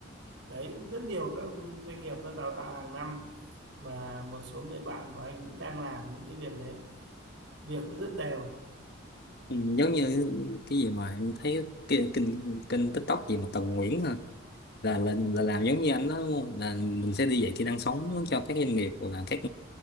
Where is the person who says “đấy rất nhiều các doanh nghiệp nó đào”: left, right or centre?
Right